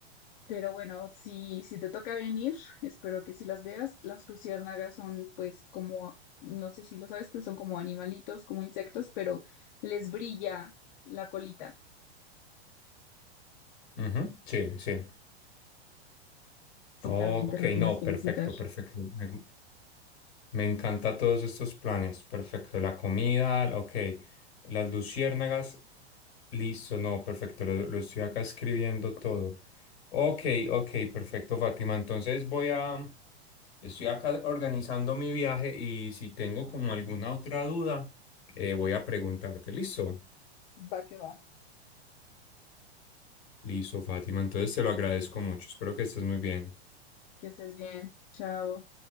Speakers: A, on the left; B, on the left.
A: pero bueno, si, si te toca venir, espero que sí las veas. Las luciérnagas son pues como, no sé si lo sabes, pero son como animalitos, como insectos, pero les brilla la colita.
B: Ujú, Sí, sí.
A: Sí,
B: Ok,
A: también te lo tienes
B: no,
A: que
B: perfecto,
A: visitar.
B: perfecto. Me, me encanta todos estos planes. Perfecto. La comida, la- ok. Las luciérnagas, listo, no, perfecto. Lo, lo estoy acá escribiendo todo. Ok, ok, perfecto, Fátima. Entonces voy a, estoy acá organizando mi viaje y si tengo como alguna otra duda, eh, voy a preguntarte. Listo,
A: Va que va.
B: listo, Fátima. Entonces te lo agradezco mucho. Espero que estés muy bien.
A: Que estés bien. Chao.